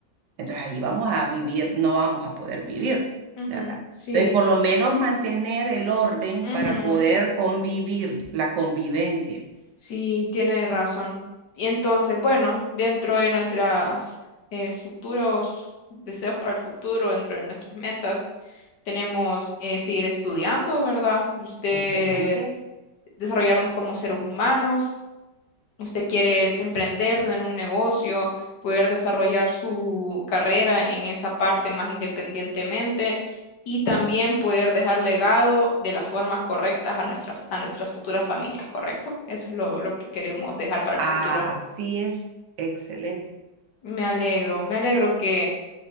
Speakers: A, on the right; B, on the left.
A: entonces ahí vamos a vivir, no vamos a poder vivir,
B: ujú, ujú.
A: ¿verdad?
B: Sí,
A: Entonces, por lo menos mantener el orden
B: ujú.
A: para poder convivir, la convivencia.
B: Sí, tiene razón. Y entonces, bueno, dentro de nuestras eh, futuros deseos para el futuro, dentro de nuestras metas, tenemos eh, seguir estudiando, ¿verdad? Usted
A: Excelente.
B: desarrollarnos como seres humanos, usted quiere emprender, tener un negocio, poder desarrollar su carrera en esa parte más independientemente y también poder dejar legado de las formas correctas a nuestras, a nuestras futuras familias, ¿correcto? Eso es lo, lo que queremos dejar para
A: Así
B: el futuro.
A: es, excelente.
B: Me alegro, me alegro que